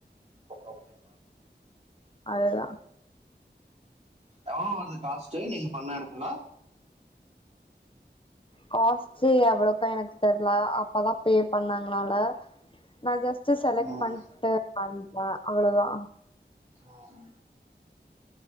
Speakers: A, on the right; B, on the left.
A: ஓகே
B: அததா
A: எவ்ளோ வருது காஸ்ட்டு நீங்க பண்ண எடத்துல
B: காஸ்ட்டு அவளோக்க எனக்கு தெர்ல அப்பதா பேப் பண்ணாங்கனால நா ஜஸ்ட் டிரஸ் செலக்ட்
A: ம்
B: பண்ணிட்டு வண்ட்டே அவ்ளதா
A: ம்